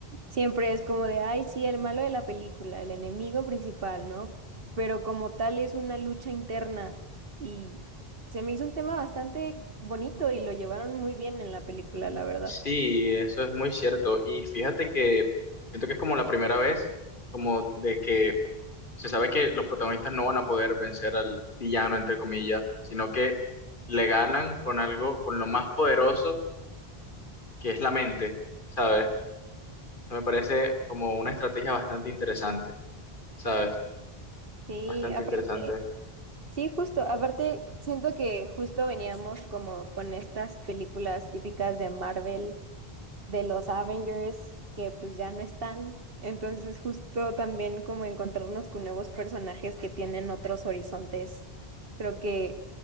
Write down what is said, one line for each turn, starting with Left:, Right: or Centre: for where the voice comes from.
Right: Siempre es como de, ay, sí, el malo de la película, el enemigo principal, ¿no? Pero como tal es una lucha interna y se me hizo un tema bastante bonito y lo llevaron muy bien en la película, la verdad.
Left: Sí, eso es muy cierto. Y fíjate que siento que es como la primera vez, como de que se sabe que los protagonistas no van a poder vencer al villano, entre comillas, sino que le ganan con algo, con lo más poderoso que es la mente, ¿sabes? Eso me parece como una estrategia bastante interesante, ¿sabes?
Right: Sí,
Left: Bastante
Right: aparte.
Left: interesante.
Right: Sí, justo. Aparte, siento que justo veníamos como con estas películas típicas de Marvel, de los Avengers, que pues ya no están. Entonces, justo también como encontrarnos con nuevos personajes que tienen otros horizontes, creo que